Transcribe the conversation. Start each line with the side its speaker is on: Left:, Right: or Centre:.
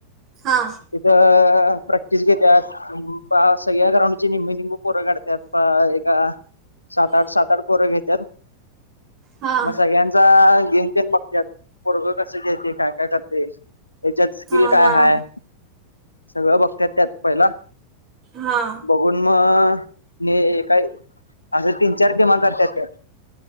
Right: हा.
Left: तिथं प्रॅक्टिस घेत्यात बा सगळ्या ग्राउंड ची निम्मी निम्मी पोरं काढत्यात, प एका सात आठ, सात आठ, पोरं घेत्यात
Right: हां
Left: मग सगळ्यांचा गेमतेन बघत्यात, पोरगं कस खेळतय, काय काय करतय तेच्यात स्किल
Right: हां
Left: काय हाय सगळं बघत्यात त्यात पहिला
Right: हा.
Left: बघून मग नी काय, असं तीन चार टिमा करत्यात त्यात